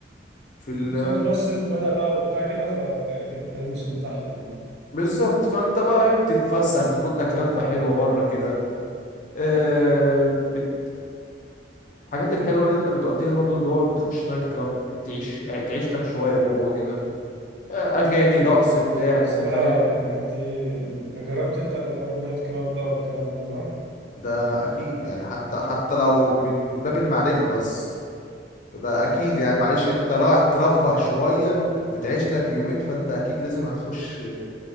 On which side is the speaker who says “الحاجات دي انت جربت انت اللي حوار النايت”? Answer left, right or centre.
Right